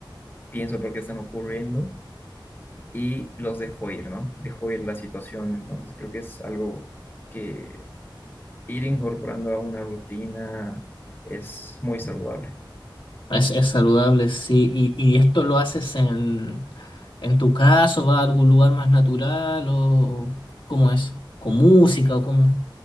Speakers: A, on the left; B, on the left.
A: pienso por qué están ocurriendo y los dejo ir, ¿no? Dejo ir la situación, entonces creo que es algo que ir incorporando a una rutina es muy saludable.
B: Es, es saludable, sí. ¿Y, y esto lo haces en, en tu caso? ¿Vas a algún lugar más natural? ¿O cómo es? ¿Con música o cómo?